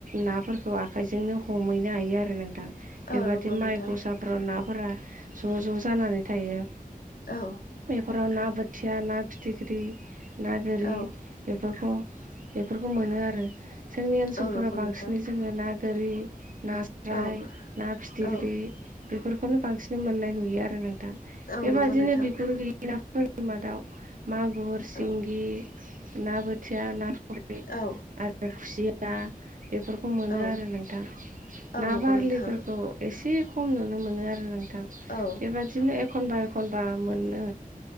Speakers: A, on the right; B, on the left.
A: नाफोरखौ आखाइजोंनो हमहैनो हायो आरो नों बेबायादि
B: औ नंगौ नोंथां
A: माइ गसा फोराव नाफोरा ज' ज' जानानै थायो
B: औ
A: बेफोराव ना बो थिया ना फिथिख्रि ना
B: औ
A: गोरि बेफोरखौ बेफोरखौ मोनो आरो जोंनि
B: औ
A: ओनसोलफोरा
B: औ नंगौ
A: बांसिनै
B: नोंथां
A: जोङो ना गोरि नास्राय
B: औ
A: ना फिथिख्रि
B: औ
A: बेफोरखौनो बांसिन मोननाय नुयो यो आरो नोंथां
B: औ
A: बेबादिनो
B: नंगौ नोंथां
A: बिगुर गैयि नाफोरनि मादाव मागुर सिंगि
B: औ
A: ना बोथिया ना थुरि
B: औ
A: आरो खुसिया बेफोरखौ मोनो
B: औ
A: आरो नोंथां
B: औ
A: ना
B: नंगौ
A: बारलिफोरखौ
B: नोंथां
A: एसे खम नुनो मोनो आरो नोंथां
B: औ
A: बेबादिनो एखनबा एखनबा मोनो